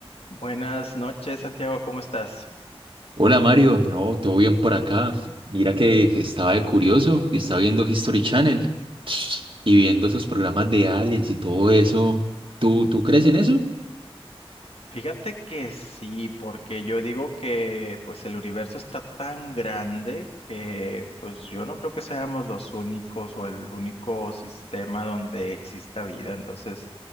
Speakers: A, on the left (about 75°); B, on the right (about 55°).
A: Buenas noches, Santiago, ¿cómo estás?
B: Hola Mario, no, todo bien por acá. Mira que estaba de curioso y estaba viendo History Channel <sniffs> y viendo esos programas de aliens y todo eso. ¿Tú, tú crees en eso?
A: Fíjate que sí, porque yo digo que pues el universo está tan grande que pues yo no creo que seamos los únicos o el único sistema donde exista vida. Entonces,